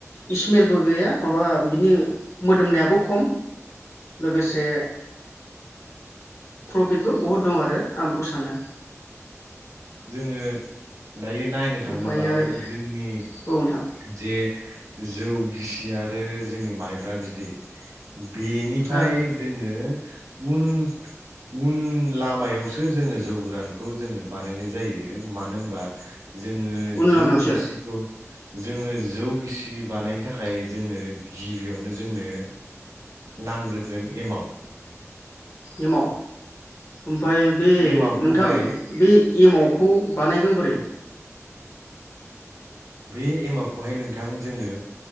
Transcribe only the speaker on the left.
इस्मेलबो गैया माबा बिनि मोदोमनायाबो खम लोगोसे प्रफिटबो बहुद दं आरो आं बेखौ सानो
ओमफ्राय
आरो
औ नोंथां
ओ
उन
लामायावसो
एमाव ओमफाय बे
नोंथां बे एमावखौ बानायगोन बोरै